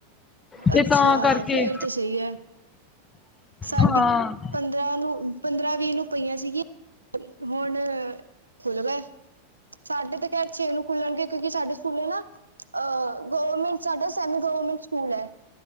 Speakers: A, on the left; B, on the right.
A: ਤੇ
B: ਅੱਛਾ
A: ਤਾਂ ਕਰਕੇ
B: ਫੇਰ ਤਾਂ ਸਹੀ ਹੈ ਸਾਡੀ
A: ਹਾਂ,
B: ਪੰਦਰਾਂ ਨੂੰ ਪੰਦਰਾਂ ਵੀਹ ਨੂੰ ਪਈਆਂ ਸੀਗੀ ਹੁਣ ਖੁੱਲ ਗਏ ਸਾਡੇ ਤਾਂ ਖੈਰ ਛੇ ਨੂੰ ਖੁੱਲਣਗੇ ਕਿਉਂਕਿ ਸਾਡੇ ਸਕੂਲੇ ਨਾ ਅ, ਹ ਗਵਰਮੈਂਟ ਸਾਡਾ ਸੈਮੀ ਗੌਰਰਮੈਂਟ ਸਕੂਲ ਹੈ,